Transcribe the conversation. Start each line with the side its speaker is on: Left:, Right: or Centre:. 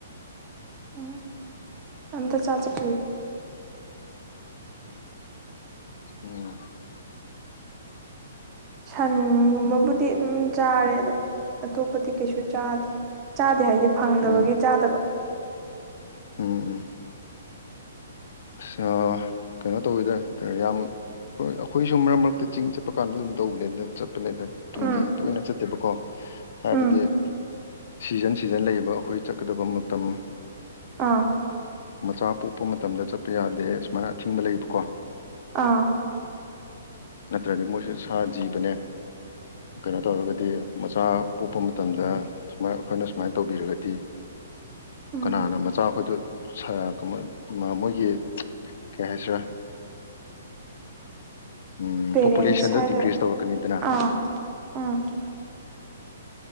Right: ꯎꯝ ꯑꯝꯇ ꯆꯥꯠꯆ ꯗ꯭ꯔꯤ
Left: ꯎꯝ
Right: ꯁꯟꯒꯨꯝꯕꯕꯨꯗꯤ ꯑꯗꯨꯝ ꯆꯥꯔꯦ ꯑꯗꯣ ꯑꯇꯣꯞꯄꯗꯤ ꯀꯩꯁꯨ ꯆꯥꯗꯦ ꯆꯥꯗꯦ ꯍꯥꯏꯗꯤ ꯐꯪꯗꯕꯒꯤ
Left: ꯎꯝ
Right: ꯆꯥꯗꯕ
Left: ꯎꯝ ꯎꯝ ꯑꯁ ꯑꯣ ꯀꯩꯅꯣ ꯇꯧꯋꯤꯗ ꯅꯇ ꯌꯥꯝ ꯍꯣꯏ ꯑꯩꯈꯣꯏꯁꯨ ꯃꯔꯛ ꯃꯔꯛꯇ ꯆꯤꯡ ꯆꯠꯄ ꯀꯥꯟꯗ ꯑꯗꯨꯝ ꯇꯧꯕꯅꯦꯅ ꯆꯠꯄꯅꯦꯗ ꯇꯨꯡꯇꯤ
Right: ꯎꯝ
Left: ꯇꯣꯏꯅ ꯆꯠꯇꯦꯕꯀꯣ ꯍꯥꯏꯕꯗꯤ
Right: ꯎꯝ
Left: ꯁꯤꯖꯟ ꯁꯤꯖꯟ ꯂꯩꯌꯦꯕ ꯑꯩꯈꯣꯏ ꯆꯠꯀꯗꯕ ꯃꯇꯝ
Right: ꯑꯥ
Left: ꯃꯆꯥ ꯄꯣꯛꯄ ꯃꯇꯝꯗ ꯆꯠꯄ ꯌꯥꯗꯦ ꯁꯨꯃꯥꯏꯅ ꯑꯊꯤꯡꯕ ꯂꯩꯕꯀꯣ
Right: ꯑꯥ
Left: ꯅꯠꯇ꯭ꯔꯗꯤ ꯃꯣꯏꯁꯨ ꯁꯥ ꯖꯤꯕꯅꯦ꯫ ꯀꯩꯅꯣ ꯇꯧꯔꯒꯗꯤ ꯃꯆꯥ ꯄꯣꯛꯄ ꯃꯇꯝꯗ ꯁꯨꯃꯥꯏ ꯑꯩꯈꯣꯏꯅ ꯁꯨꯃꯥꯏꯟ ꯇꯧꯕꯤꯔꯒꯗꯤ
Right: ꯎꯝ
Left: ꯀꯅꯥꯅ ꯃꯆꯥꯈꯣꯏꯗꯣ ꯁ ꯀꯃ ꯃ ꯃꯣꯏꯒꯤ ꯀꯩ ꯍꯥꯏꯁꯤꯔꯥ ꯎꯝ
Right: ꯄꯦꯔꯦꯟꯁ
Left: ꯄꯣꯄꯨꯂꯦꯁꯟꯗꯣ
Right: ꯍꯥꯏꯗꯣꯏꯔ
Left: ꯗꯤꯀ꯭ꯔꯤꯁ ꯇꯧꯔꯛꯀꯅꯤꯗꯅ
Right: ꯑꯥ ꯎꯝ